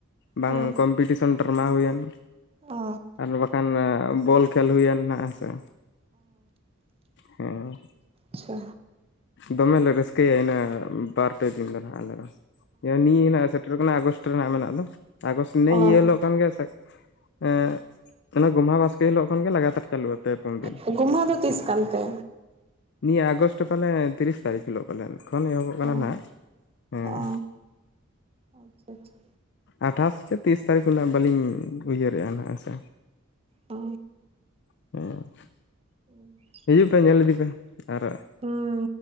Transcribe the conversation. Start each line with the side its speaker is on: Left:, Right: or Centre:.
Left: ᱵᱟᱝ
Right: ᱦᱮᱸ ᱚ
Left: ᱠᱚᱢᱯᱤᱴᱤᱥᱚᱱ ᱰᱨᱟᱢᱟ ᱦᱩᱭᱮᱱ
Right: ᱚ
Left: ᱟᱨ ᱵᱟᱠᱷᱟᱱ ᱵᱚᱞ ᱠᱷᱮᱞ ᱦᱩᱭᱮᱱ ᱱᱦᱟᱜ ᱦᱮᱸ ᱥᱮ᱾ ᱦᱮᱸ
Right: ᱪᱷᱟ
Left: ᱫᱚᱢᱮ ᱞᱮ ᱨᱟᱹᱥᱠᱟᱹᱭᱟ ᱤᱱᱟᱹᱜ ᱵᱟᱨ ᱯᱮ ᱫᱤᱱ ᱜᱟᱱ ᱦᱟᱸᱜ ᱟᱞᱮ ᱫᱚ ᱱᱤᱭᱟᱹ ᱦᱟᱜ ᱥᱮ ᱴᱨᱮᱚ ᱠᱟᱱᱟ ᱟᱜᱚᱥᱴ ᱨᱮᱱᱟᱜ ᱢᱮᱱᱟᱜ ᱫᱚ, ᱟᱜᱚᱥᱴ ᱱᱮ
Right: ᱚ
Left: ᱤᱭᱟᱹ ᱦᱤᱞᱳᱜ ᱠᱚᱱ ᱜᱮ ᱮ ᱜᱚᱢᱦᱟ ᱵᱟᱥᱠᱮ ᱦᱤᱞᱳᱜ ᱠᱷᱚᱱᱜᱮ ᱞᱟᱜᱟᱛᱟᱨ ᱪᱟᱹᱞᱩᱜ-ᱟ ᱯᱮ ᱯᱩᱱ ᱫᱤᱱ᱾
Right: ᱚ ᱜᱳᱢᱦᱟ ᱫᱚ ᱛᱤᱥ ᱠᱟᱱ ᱛᱮ
Left: ᱱᱤᱭᱟᱹ ᱟᱜᱚᱥᱴ ᱯᱟᱞᱮ ᱛᱤᱨᱤᱚᱥ ᱛᱟᱨᱤᱠᱷ ᱦᱤᱞᱳᱜ᱾ ᱯᱟᱞᱮᱱ ᱮᱠᱷᱚᱱ ᱮᱦᱚᱵᱚᱜ ᱠᱟᱱᱟ
Right: ᱚ
Left: ᱱᱟᱦᱟᱜ ᱦᱮᱸ᱾
Right: ᱚ ᱟᱪᱪᱷᱟ ᱟᱪᱪᱷᱟ
Left: ᱟᱴᱷᱟᱥ ᱥᱮ ᱛᱤᱥ ᱛᱟᱹᱨᱤᱠᱷ ᱩᱱᱟᱹᱜ ᱵᱟᱹᱞᱤᱧ ᱩᱭᱦᱟᱹᱨ ᱮ-ᱟ ᱦᱮᱸ ᱥᱮ᱾
Right: ᱚ
Left: <unintelligible>
Right: ᱩᱸ
Left: ᱦᱤᱡᱩᱜ ᱯᱮ ᱧᱮᱞ ᱤᱫᱤ ᱯᱮ᱾ ᱟᱨ
Right: ᱦᱩᱸ